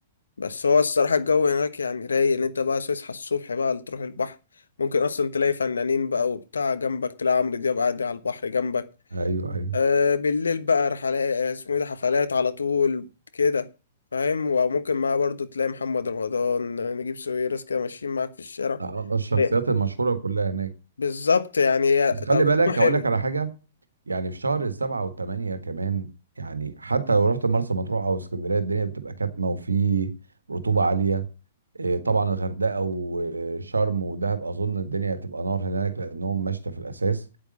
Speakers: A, on the left (about 70°); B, on the right (about 75°).
A: بس هو الصراحة الجو هناك يعني رايق ان انت بقى تصحى الصبح بقى تروح البحر ممكن اصلا تلاقي فنانين بقى وبتاع جنبك تلاقي عمرو دياب قاعد على البحر جنبك
B: ايوه ايوه
A: آه بالليل بقى رحلات آه، اسمه ايه ده حفلات على طول كده فاهم وممكن معاه برضو تلاقي محمد رمضان نجيب ساويرس كده ماشيين معاك في الشارع
B: آه، الشخصيات
A: إيه.
B: المشهورة كلها هناك
A: بالظبط يعني هي
B: بس خلي
A: تجربة
B: بالك
A: حلوة
B: هقول لك على حاجة يعني في شهر السبعة والثمانية كمان يعني حتى لو رحت مرسى مطروح أو اسكندرية الدنيا بتبقى كاتمة وفي رطوبة عالية آه، طبعا الغردقة وشرم ودهب أظن الدنيا هتبقى نار هناك لأنهم مشتى في الأساس